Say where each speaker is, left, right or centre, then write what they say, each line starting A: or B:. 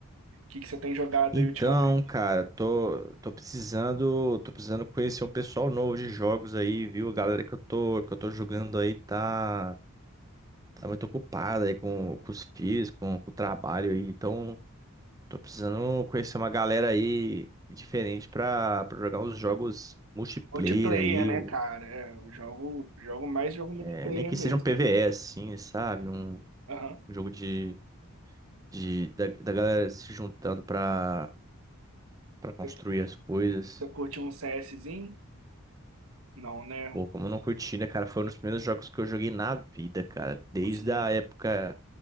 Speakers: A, on the right; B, on the right.
A: que que você tem jogado
B: Então,
A: aí ultimamente?
B: cara, tô, tô precisando, tô precisando conhecer um pessoal novo de jogos aí, viu? A galera que eu tô, que eu tô jogando aí tá, tá muito ocupada aí com, com os filhos, com, com o trabalho aí. Então, tô precisando conhecer uma galera aí diferente pra, pra jogar uns jogos multiplayer
A: Multiplayer,
B: aí,
A: né,
B: o-
A: cara? É, eu jogo, jogo mais jogo multiplayer
B: é, nem que
A: mesmo.
B: seja um PvE assim, sabe? Um,
A: Aham.
B: Um jogo de, de da, da galera se juntando pra, pra construir
A: Você
B: as coisas.
A: você curte um CSzinho? Não, né?
B: Pô, como eu não curti, né, cara? Foi um dos primeiros jogos que eu joguei na vida, cara. Desde
A: Sim.
B: a época